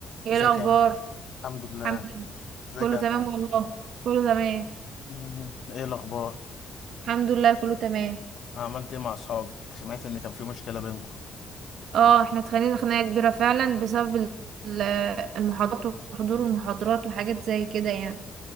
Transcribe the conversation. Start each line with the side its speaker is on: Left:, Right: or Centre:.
Right: ايه
Left: ازيك
Right: الاخبار
Left: يا أحمد؟ الحمد لله
Right: الحمد لله
Left: ازيك
Right: كله
Left: يا
Right: تمام
Left: أحمد
Right: والله كله تمام
Left: مم. ايه الاخبار
Right: الحمد لله كله تمام
Left: عملت ايه مع اصحابك سمعت ان كان في مشكله بينكم
Right: اه احنا اتخانقنا خناقه كبيره فعلا بسبب ال- ال- المحاضرات وحضور المحاضرات وحاجات زي كده يعني